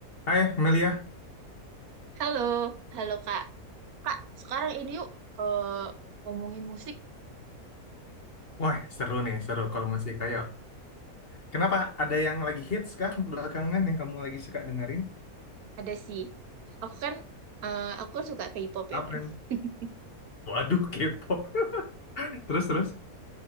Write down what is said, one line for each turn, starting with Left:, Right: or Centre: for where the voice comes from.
Left: Hai Melia,
Right: Halo, halo Kak. Kak, sekarang ini yuk ke ngomongin musik
Left: wah seru nih, seru kalau masih kayak. Kenapa ada yang lagi hits kah belakangan yang kamu lagi suka dengerin?
Right: ada sih. Aku kan eh, aku kan suka K-pop
Left: Apa
Right: ya kan.
Left: yang?
Right: <laughs>
Left: Waduh, K-pop. <laughs> Terus terus